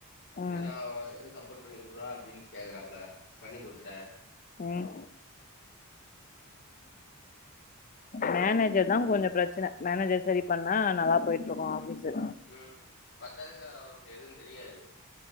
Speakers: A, on the left (about 35°); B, on the left (about 55°).
A: ம்
B: நா எது சப்போட் பண்ணி குட்றா அப்டின்னு கேக்குறாப்ல பண்ணி குடுத்துட்டே
A: ம் மேனேஜர் தா கொஞ்சொ பிரச்சனை மேனேஜர் சரி பண்ணா நல்லா போயிட்ருக்கு ஆபீஷு
B: ம் பத்தாததுக்கு அவருக்கு எதுவு தெரியாது